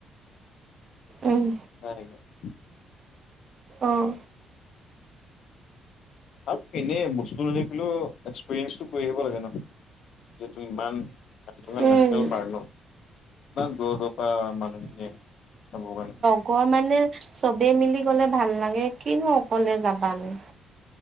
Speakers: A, on the right; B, on the left.
A: উম
B: নেক <unintelligible>
A: অঁ,
B: আৰু এনেই বস্তু নেদেখিলেও এক্সপেৰিয়েঞ্চটো কৰি আহিব লাগে ন। যিহেতু ইমান
A: উম
B: নেচনেল পাৰ্ক ন? ইমান দূৰ দূৰ। বা ম দে দে হববে <unintelligible>
A: ৰ মানে চবে মিলি গলে ভাল লাগে কিনো অকলে যাবা নো।